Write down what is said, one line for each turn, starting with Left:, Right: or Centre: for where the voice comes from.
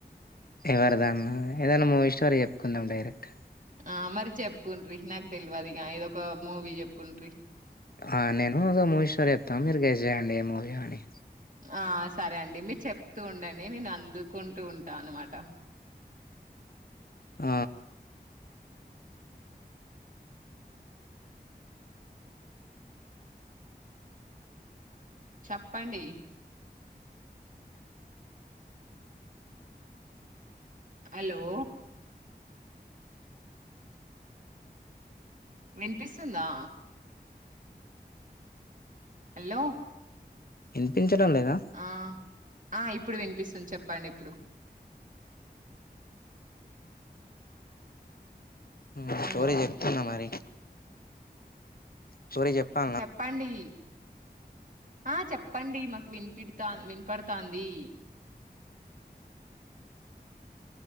Left: ఎవరి దన్న ఏదైనా మూవీ స్టోరీ చెప్పుకుందాం డైరెక్ట్
Right: ఆ మరి చెప్పిండ్రు నాకు తెలియదిగా ఏదో ఒక మూవీ చెప్పుండ్రి
Left: ఆ నేను ఒక మూవీ స్టోర్ చెప్తాం మీరు గేస్ చేయండి ఏ మూవీ యో అని
Right: ఆ సరే అండి మీరు చెప్తూ ఉండండి నేను అందుకుంటూ ఉంటా త అనమాట
Left: ఆ
Right: చెప్పండి హలో వినిపిస్తుందా హలో
Left: వినిపించడం లేదా
Right: ఆ ఆ ఇప్పుడు వినిపిస్తుంది చెప్పండి ఇప్పుడు
Left: ఉ
Right: హలో
Left: స్టోరీ చెప్తున్నా మరి స్టోరీ చెప్పాలనా
Right: చెప్పండి ఆ చెప్పండి మాకు వినిపిడతా వినిపడతాంది